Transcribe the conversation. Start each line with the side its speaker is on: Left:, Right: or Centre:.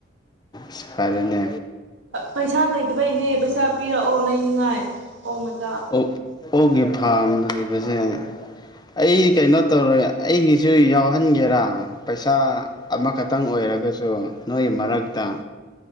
Left: ꯁꯤ ꯐꯥꯔꯦꯅꯦ
Right: ꯄꯩꯁꯥ ꯂꯩꯇꯕꯩꯅꯦ ꯄꯩꯁꯥ ꯄꯤꯔꯛꯑꯣ ꯂꯩꯅꯤꯡꯉꯥꯏ ꯑꯣꯛ ꯃꯆꯥ
Left: ꯑꯣ ꯑꯣꯛꯒꯤ ꯐꯥꯝ ꯂꯩꯕꯁꯦ ꯑꯩ ꯀꯩꯅꯣ ꯇꯧꯔꯦ ꯑꯩꯒꯤꯁꯨ ꯌꯥꯎꯍꯟꯒꯦꯔꯥ ꯄꯩꯁꯥ ꯑꯃꯈꯛꯇꯪ ꯑꯣꯏꯔꯒꯁꯨ ꯅꯣꯏꯒꯤ ꯃꯔꯛꯇ